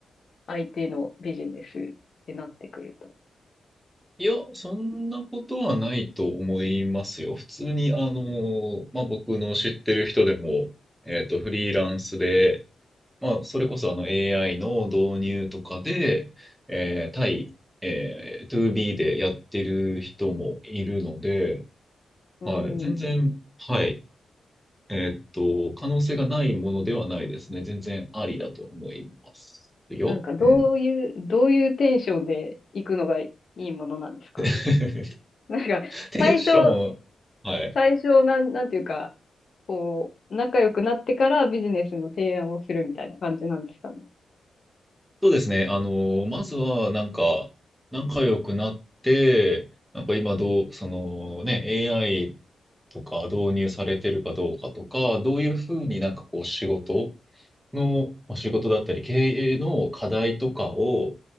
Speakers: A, on the left (about 45°); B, in the centre.
A: 相手のビジネスってなってくると。
B: いや、そんなことはないと思いますよ。普通に、あの、まあ、僕の知ってる人でも、えっと、フリーランスで、まあ、それこそあの AI の導入とかで、えー、対、えー、2B でやってる人もいるので、
A: うん。
B: はい、全然、はい、えっと、可能性がないものではないですね。全然ありだと思いますよ。
A: なんかどういう、
B: うん。
A: どういうテンションで行くのがいいものなんですか
B: <laughs>
A: なんか、
B: テンション、
A: 最初、
B: はい。
A: 最初、なん、なんていうか、こう、仲良くなってからビジネスの提案をするみたいな感じなんですかね。
B: そうですね。あの、まずは、なんか、仲良くなって、なんか今どう、そのね、AI とか導入されてるかどうかとか、どういうふうになんかこう仕事の、まあ、仕事だったり経営の課題とかを、